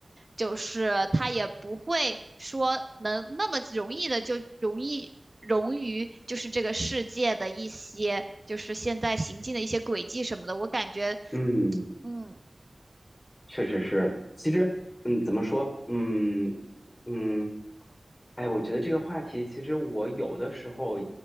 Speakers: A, on the right; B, on the left.
A: 就是他也不会说能那么容易的就容易融于就是这个世界的一些就是现在行进的一些轨迹什么的。我感觉，
B: 嗯，
A: 嗯
B: 确实是。其实，嗯，怎么说？嗯嗯，哎，我觉得这个话题，其实我有的时候，